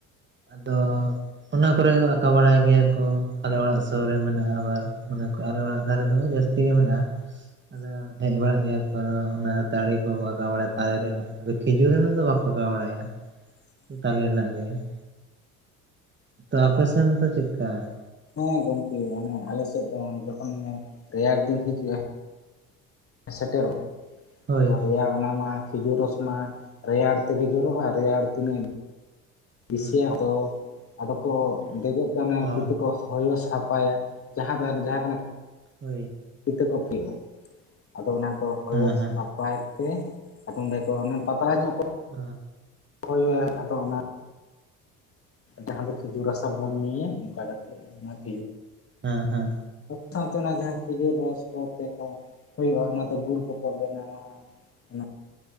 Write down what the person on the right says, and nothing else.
ᱟᱫᱚ ᱾ ᱚᱱᱟ ᱠᱚᱨᱮ ᱟᱠᱟᱣ ᱵᱟᱲᱟᱭ ᱜᱮᱭᱟ ᱠᱚ ᱟᱞᱮ ᱚᱲᱟᱜ ᱥᱩᱨ ᱨᱮ ᱢᱮᱱᱟᱜᱼᱟ ᱟᱵᱟᱨ ᱚᱱᱟ ᱠᱚ ᱟᱞᱮ ᱚᱲᱟᱜ ᱫᱷᱟᱨᱮ ᱫᱚ ᱡᱟᱹᱥᱛᱤ ᱛᱤ ᱢᱮᱱᱟᱜᱼᱟ
᱾ ᱟᱫᱚ ᱦᱮᱡ ᱵᱟᱲᱟᱜ ᱜᱮᱭᱟ ᱠᱚ ᱟᱫᱚ ᱚᱱᱟ ᱛᱟᱹᱲᱤ ᱠᱚᱠᱚ ᱟᱠᱟᱣ ᱵᱟᱲᱟᱭᱟ ᱛᱟᱨᱮ ᱨᱮᱱᱟᱜ ᱟᱫᱚ ᱠᱷᱤᱡᱩᱨ ᱨᱮᱱᱟᱜ ᱫᱚ ᱵᱟᱠᱚ ᱟᱠᱟ ᱵᱟᱲᱟᱭᱟ ᱾
ᱦᱟᱞᱮ ᱨᱮᱱᱟᱜ ᱜᱮ ᱾ ᱛᱚ ᱚᱯᱮ ᱥᱮᱱ ᱫᱚ ᱪᱮᱫᱠᱟ ᱾
ᱦᱳᱭ
ᱦᱮᱸ
ᱚ
ᱦᱳᱭ
ᱦᱮᱸ ᱦᱮᱸ
ᱟᱨ ᱾
ᱦᱮᱸᱼᱦᱮᱸ